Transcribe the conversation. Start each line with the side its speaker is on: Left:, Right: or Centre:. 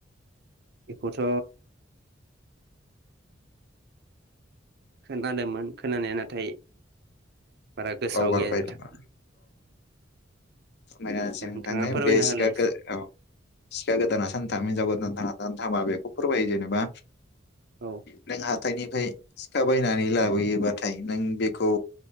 Right: इखौथ' खोनादोमोन खोनानाया नाथाय बारा गोसोआव
Left: बावगारबाय
Right: गैया नोंथां
Left: नामा समायना सेन
Right: नोंथाङा
Left: नोंथांनो
Right: फोरमायना
Left: बे सिखा
Right: होलाय एसे
Left: गो औ सिखा गोदाना सानथाम हिजाव गोदान आ दान दानथामा बेखौ फोरमायो जेनेबा
Right: औ
Left: नों हा थायनिफाय सिखा बायनानै लाबोयोबाथाय नों बेखौ